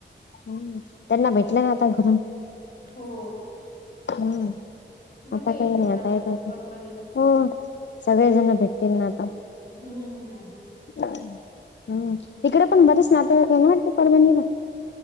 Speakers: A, on the left (about 65°); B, on the left (about 45°).
A: हम्. त्यांना भेटलं ना आता घरून
B: हो.
A: हम्म.
B: मजा
A: आता
B: येईल
A: काही
B: मग
A: नाही आता एका एक
B: परभणीला
A: काय का हो सगळे जण भेटतील ना आता.
B: हम्म. हम्म.
A: हम्म. तिकडे पण बरेच नातेवाईक आहे ना आपले परभणीला.